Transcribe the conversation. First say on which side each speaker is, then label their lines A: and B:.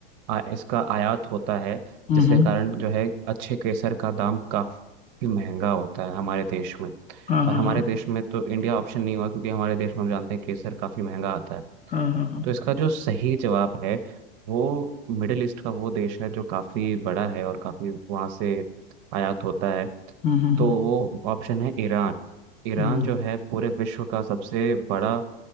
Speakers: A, on the right; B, on the left.
A: आ- इसका आयात होता है
B: हम्म
A: जिसके कारण जो है अच्छे केसर का दाम काफ़ी महंगा होता है हमारे देश में
B: हाँ
A: और
B: हाँ
A: हमारे देश में तो इंडिया ऑप्शन नहीं हुआ क्योंकि हमारे देश में हम जानते हैं केसर काफ़ी महंगा आता है
B: हाँ हाँ हाँ हाँ
A: तो इसका जो सही जवाब है वो मिडिल ईस्ट का वो देश है जो काफ़ी बड़ा है और काफ़ी वहाँ से आयात होता है
B: हम्म हम्म
A: तो
B: हम्म
A: वो ऑप्शन है ईरान ईरान
B: हम्म,
A: जो है पूरे विश्व का सबसे बड़ा